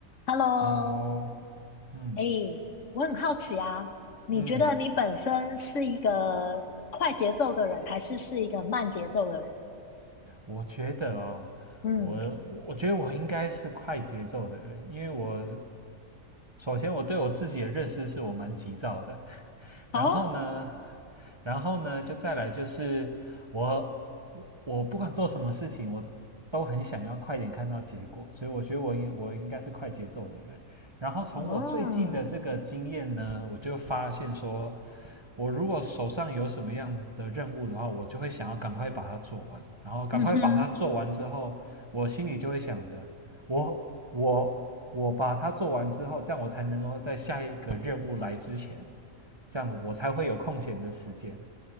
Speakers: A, on the left; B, on the right.
A: Hello，
B: Hello，嗯
A: 哎，我很好奇啊，你觉得你本身是一个快节奏的人，
B: 嗯，
A: 还是是一个慢节奏的人？
B: 我觉得哦，
A: 嗯，
B: 我我觉得我应该是快节奏的人，因为我首先我对我自己的认识是我蛮急躁的，
A: 哦，
B: 然后呢，然后呢，就再来就是我我不管做什么事情，我都很想要快点看到结果，所以我觉得我应我应该是快节奏的人。然后从我最近的这个经验呢，
A: 哦，
B: 我就发现说，我如果手上有什么样的任务的话，我就会想要赶快把它做完，然后赶快把它做完之后，
A: 嗯哼，
B: 我心里就会想着，我我我把它做完之后，这样我才能够在下一个任务来之前，这样子我才会有空闲的时间，